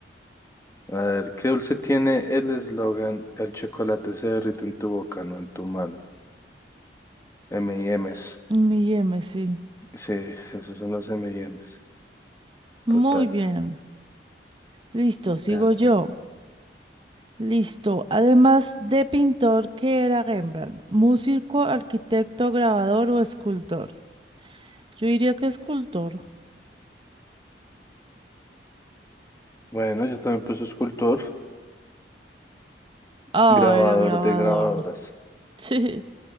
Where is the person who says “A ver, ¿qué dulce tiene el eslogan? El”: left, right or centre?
Left